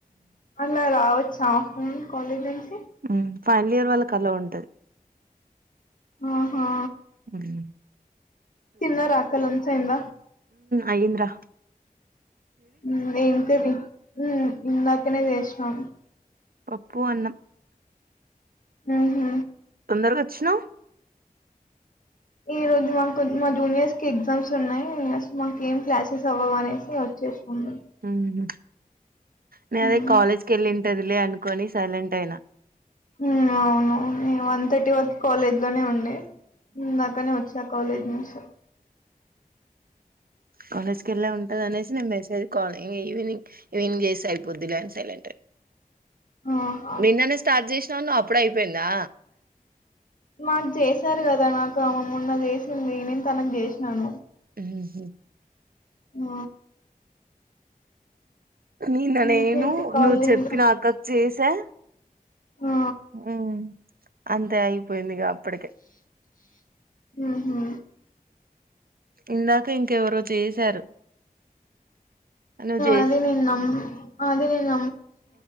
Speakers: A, on the left (about 60°); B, on the right (about 75°).
A: అలా రావచ్చ సాప్టర్నూన్ కొన్ని జేస్
B: మ్మ్ ఫైనల్ ఇయర్ వాళ్ళకి అలో ఉంటది
A: ఆహా
B: అవును
A: తిన్నరా అక్కనుంచి అయింద
B: అయింది రా
A: మ్ ఏం కది ఇందాకనే చేస్నాం
B: పప్పు అన్నం
A: మ్ హు
B: దరగొచ్చినవ్
A: ఈ రోజు <unintelligible> మా జూనియర్స్ కి ఎగ్జామ్స్ ఉన్నాయి మాకు ఏం క్లాసెస్ అవ్వవు అనేసి వచ్చేస్నాం
B: మ్ హు నే
A: మేము
B: అదే కాలేజ్ కెళ్ళి టెదిలే అనుకొని సైలెంట్ అయినా
A: ఉ అవునువును ఈ వన్ తథర్టీ వ కాలేజ్ లోనే ఉండే ఇందాకనే వచ్చా కాలేజ్ నుంచా
B: కాలేజ్ కెళ్లే ఉంటది అనేసి నేను మెసేజ్ కాల్ ఇంగ ఈవినింగ్ ఈవింగ్ చేసి అయిపోద్ధిలే అని సైలెంట్ఐ
A: ఆహా
B: నిన్ననే స్టార్ట్ చేస్ చానా అప్పుడే అయిపోయిందా
A: మాకు చేసారు కద నాకు అమే మొన్న చేసింది నేను తనకు చేసినాను
B: స
A: ఆ
B: నిన్న నేను
A: ఇంకేంటి కాలేజ్
B: నువ్వు చెప్పి
A: లో
B: నాక చెస్ తా
A: ఆ
B: ఆ అంత అయి పోయిందిగా అప్పటికే
A: హ్మ్ హు
B: ఇందాక ఇంకెవరో చేశారు ను జేస్త
A: అదే నేను నం అదే నేన్